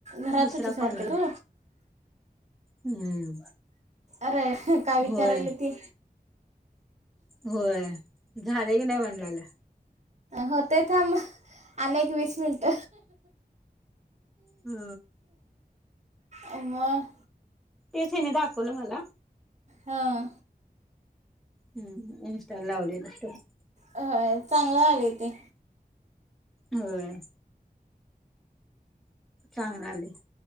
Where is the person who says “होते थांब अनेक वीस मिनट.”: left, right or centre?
Right